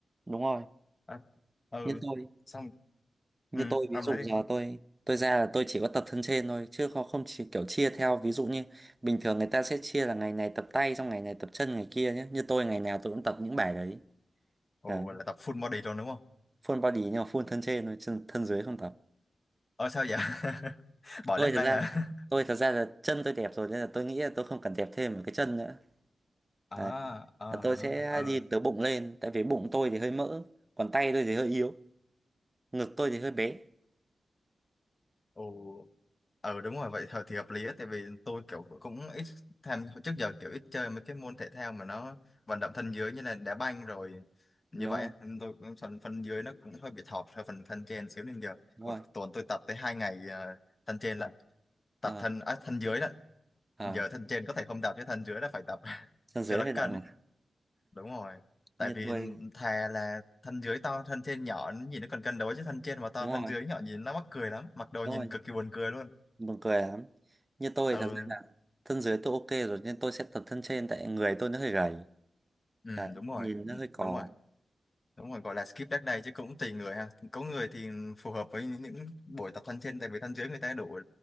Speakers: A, on the right; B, on the left.
A: đúng rồi
B: à, ừ
A: như tôi
B: xong
A: như
B: ừ
A: tôi ví
B: ông
A: dụ
B: nói đi
A: giờ tôi tôi ra là tôi chỉ có tập thân trên thôi chứ không không chỉ kiểu chia theo ví dụ như bình thường người ta sẽ chia là ngày này tập tay xong ngày này tập chân ngày kia nhé như tôi ngày nào tôi cũng tập những bài đấy
B: ồ
A: à,
B: là tập full body luôn đúng không
A: full body nhưng mà full thân trên thôi chân thân dưới không tập
B: Ờ sao vậy? <laughs> Bỏ
A: tôi
B: lát
A: thật
B: đây
A: ra
B: hả?
A: tôi thật ra là chân tôi đẹp rồi nên là tôi nghĩ là tôi không cần đẹp thêm một cái chân nữa
B: À,
A: đấy
B: ờ,
A: là tôi sẽ
B: ừ,
A: đi từ bụng lên tại vì bụng tôi thì hơi mỡ còn tay tôi thì hơi yếu ngực tôi thì hơi bé
B: ừ, ừ, đúng rồi, vậy thôi thì hợp lý á, tại vì tôi kiểu cũng ít tham, trước giờ kiểu ít chơi mấy cái môn thể thao mà nó vận động thân dưới như là đá banh rồi
A: đúng
B: như vậy,
A: rồi
B: á, nên tôi cũng phần phần dưới nó cũng hơi bị thọt theo phần thân trên xíu nên giờ
A: đúng
B: một
A: rồi
B: tuần tôi tập tới hai ngày à, thân trên lận,
A: ờ
B: tập thân, à, thân dưới lận,
A: ờ,
B: giờ thân trên có thể không tập chứ thân dưới là phải tập <laughs>
A: thân dưới
B: cho nó
A: hơi động
B: cân
A: à.
B: đúng rồi
A: như
B: tại vì
A: tôi
B: thà là thân dưới to thân trên nhỏ nhìn nó còn cân đối chứ thân trên mà to
A: đúng
B: thân
A: rồi
B: dưới nhỏ nhìn nó mắc cười lắm mặc đồ
A: Đúng
B: nhìn
A: rồi
B: cực kỳ buồn cười luôn
A: buồn cười lắm như tôi
B: ừ,
A: thì thật ra là thân dưới tôi ok rồi nên tôi sẽ tập thân trên tại người tôi nó hơi gầy
B: ừ
A: đấy
B: đúng rồi
A: nhìn
B: Ừ,
A: nó hơi cò
B: đúng rồi đúng rồi gọi là skip leg day chứ cũng tùy người ha có người thì phù hợp với những buổi tập thân trên tại vì thân dưới người ta đủ